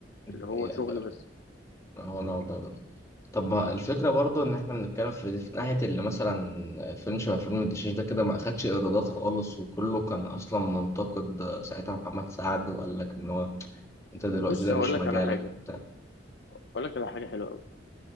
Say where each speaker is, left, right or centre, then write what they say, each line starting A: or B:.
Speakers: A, on the left (about 15°); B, on the left (about 65°).
A: دي
B: اللي
A: حقيقة
B: هو شغل
A: فعلا
B: بس
A: هو نوع ده برضه طب ما الفكرة برضه إن إحنا بنتكلم في, في ناحية اللي مثلا آه، فيلم شبه فيلم الدشاش ده كده ما أخدش إيرادات خالص وكله كان أصلا منتقد آه، ساعتها محمد سعد وقال لك إن هو أنت دلوقتي
B: بص
A: ده
B: هقول
A: مش
B: لك
A: مجالك
B: على حاجة
A: وبتاع
B: هقول لك على حاجة حلوة أوي